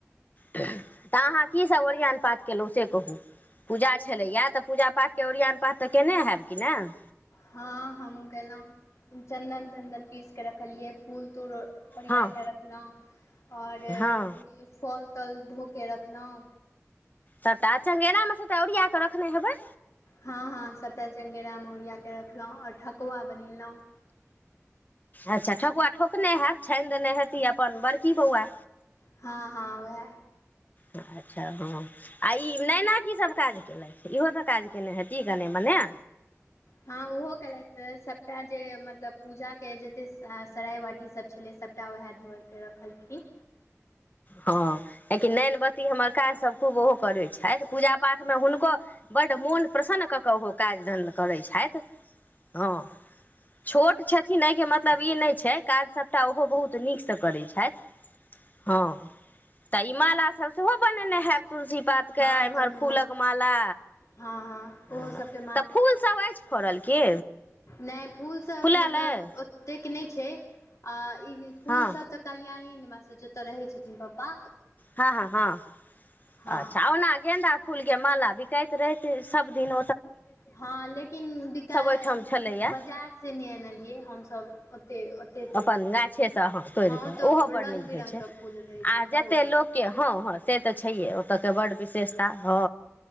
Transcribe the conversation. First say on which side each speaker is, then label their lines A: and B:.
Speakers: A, on the left; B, on the left.
A: तऽ अहाँ कीसभ ओरियान पाठ केलहुँ से कहू पूजा छलैए तऽ पूजा पाठके ओरियान पाठ तऽ केने हैब कि नहि
B: हँ हम गेलहुँ चन्दन चन्दन पीसके रखलियै फूल तूल ओरिया
A: हँ
B: के रख लाऊं आओर
A: हँ
B: फल तल धोके रखलहुँ
A: तटा च्ंगेरामे सैटा ओरिया कऽ रखने हेबै
B: हँ हँ सभटा चङ्गेरामे ओरिया कऽ रखलहुँ आओर ठकुआ बनेलहुँ
A: अच्छा ठकुआ ठोकने हैब छानि देने हेती अपन बड़की बौआ
B: हँ हँ ओहे
A: अच्छा हँ आ ई नैना कीसभ काज कयेलथि इहोसभ काज कयने हेती कने मने <unintelligible>
B: हँ ओहो केलथि सबटा जे मतलब पूजा के जते सराय बाटीसभ छलै सभटा वएह धोे रखलखिन
A: हँ एं की नैनबत्ती हमर काज सभ खूब ओहो करै छथि पूजा पाठमे हुनको बड मोन प्रसन्न कऽ कऽ ओहो काज धन्ध करै छथि हँ छोट छथिन एहिके मतलब ई नहि छै काज सभटा ओहो बहुत नीकसँ करैत छथि हँ तऽ ई मालासभ सेहो बनेने हैब तुलसी पात के
B: हँ
A: इम्हर
B: तऽ
A: फूलक माला
B: हँ
A: हँ
B: ओहो सभके
A: तऽ फूलसभ अछि फड़ल की
B: नै फूल सब
A: फुलायल
B: मतलब
A: अइ
B: ओतेक नहि छै आ ई फूल
A: हँ
B: सब तऽ कल्यणी जतय रहै छथिन पापा
A: हँ हँ हँ
B: हँ
A: अछा ओना गेंदा फूल के माला बिकाइत रहै सब दिन
B: हँ लेकिन बिकाय
A: ओहिठाम छलैए
B: बाजार से नहि एनलियै हमसभ ओतेक ओतेक तोड़लियै
A: अपन गाछेसँ तोड़
B: हँ
A: कऽ
B: ओतय
A: ओहो बड़
B: रङ्ग
A: नीक
B: बिरङ्गके
A: होइत छै
B: फूल रहै छै
A: आ
B: बहुत
A: जते लोकके हँ हँ से तऽ छैहे ओतऽके बड्ड विशेषता हँ